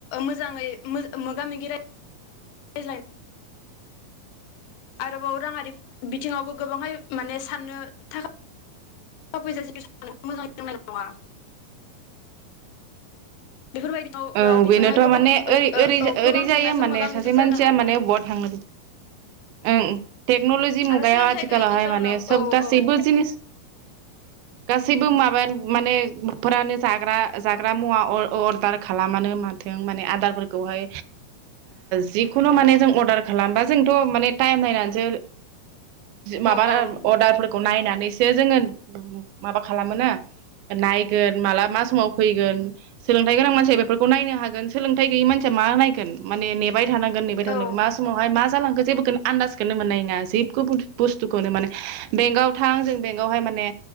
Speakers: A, on the left; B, on the right.
A: मोजाङै मोगा-मोगि राय ज्लायनो आरोबाव राङारि बिथिङावबो गोबांहाय माने साननो थाखा फैसा मोजां साननो रोंनाय नङा बेफोरबायदियाव ओ
B: औ
A: बिथांहाय
B: बेनोथ
A: गोबां
B: माने ओ
A: औ
B: ओरै
A: गोबां
B: जायो
A: जेंनाजों
B: माने
A: मोगा
B: सासे
A: मोगि
B: मानसिया
A: जानो हागौ
B: माने बबा थांनो ओं टेक्नलजि मुगायाव
A: आरो सोलोंथाइ
B: आथिखालावहाय
A: गैयैनि जाउनाव
B: माने सोब
A: औ
B: गासैबो
A: औ
B: जिनिस गासैबो माबा। माने फोरानो जाग्रा-जाग्रा मुवा अ अरदार खालामानो माथों माने आदारफोरखौहाय जिखुनु माने जों अर्डार खालामबा जोंथ माने टाइम नायनानैसो। माबा
A: औ
B: अर्डारफोरखौ नायनानै नायनासो जोङों माबा खालामो ना नायगोन माला मा समाव फैगोन सोलोंथाय‌ गोनां मानसि बेफोरखौ नायनो हागोन सोलोंथाय गैैयै मानसिया मा नायगोन माने नेबाय थागोन नेमार थानांगोन नेबाय थानांगोन
A: औ
B: मा समावहाय मा जालांगोन जेबोखौनो आनदास मोननाय नङा जिखुनु बुसथुखौनो बेंखआव थां जों बेहाय माने